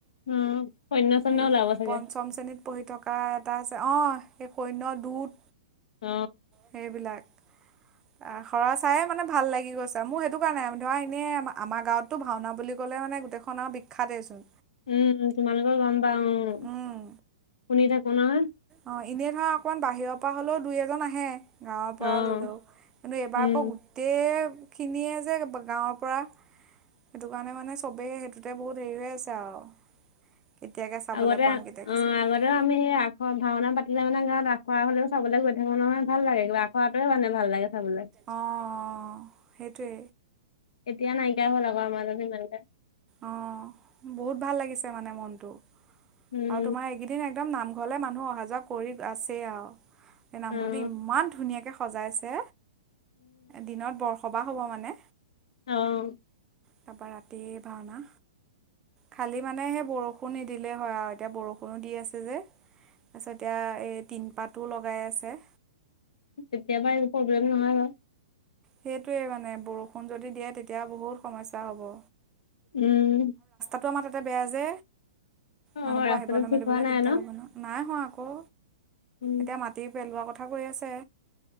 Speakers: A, on the left; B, on the right.
A: উম সন্য চন্য
B: হেৰি
A: ওলাব চাগে
B: পঞ্চম শ্ৰেণীত পঢ়ি থকা এটা আছে অ সেই সন্য দুত
A: অ
B: সেইবিলাক <unintelligible> আখৰা চায়ে মানে ভাল লাগি গৈছে মোৰ সেইটো কাৰণাই ধৰা এনেই আমাৰ গাঁৱতটো ভাওনা বুলি ক'লে মানে। নাই গোটেইখন আৰু বিখ্যাতেই চোন।
A: উম তোমালোকৰ গম পা অ শুনি
B: উম
A: থাকো নহয়।
B: অ' এনেই ধৰা অকমান বাহিৰৰ পৰা হলেও দুই এজন আহে গাঁৱৰ পৰা
A: অ',
B: ললেও কিন্তু এইবাৰ
A: উম,
B: আকৌ গোটেই খিনিয়ে যে গাঁৱৰ পৰা সেইটো কাৰণে মানে চবেই সেইটোতে বহুত হেৰি হৈ আছে আৰু কেতিয়াকৈ চাবলৈ
A: আগতে
B: পাম কেতিয়াকৈ
A: অ
B: চাবলৈ
A: আগতেও
B: পাম
A: আমি সেই আখৰ ভাওনা পাতিলে মানে গাঁৱত আখৰা হলেও চাবলৈ গৈ থাকো নহয়। ভাল লাগো আখুৱাতোৱোনে ভাল লাগে। চাবলৈ।
B: অ' সেইটোৱে
A: এতিয়া নাইকিয়া হ'ল আকৌ আমাৰাজত সিমানকে।
B: অ বহুত ভাল লাগিছে মানে মনটো
A: উম,
B: আৰু তোমাৰ এইকেইদিন একদম নাম ঘৰলৈ মানুহ অহা যোৱা কৰি আছেই আৰু এই নামঘৰটো
A: অ',
B: ইমান ধুনীয়াকৈ সজাইছে। দিনত বৰসবাহ হ'ব মানে।
A: আহ
B: তাৰ পৰাৰা ৰাতি ভাওনা। খালি মানে সেই বৰষুণ নিদিলে হয়। আৰু এতিয়া বৰষুণো দি আছে যে তাৰপিছত এয়া এই তিনপাতো লগাই আছে
A: কেতিয়াবা এই প্ৰব্লেম নহয় ব।
B: সেইটোৱে মানে বৰষুণ যদি দিয়ে তেতিয়া বহুত সমস্যয়া হ'ব।
A: উম।
B: টো আমাৰ তাতে বেয়া যে
A: অ',
B: মানুহবোৰ
A: ৰাস্তাটো
B: আহিবলৈ
A: ঠিক
B: মেলিবলৈ
A: হোৱা নাই
B: দিগদাৰ
A: ন?
B: হ'ব নহ নাই হোৱা। আকৌ
A: উম।
B: এতিয়া মাটি পেলোৱাৰ কথা কৈ আছে।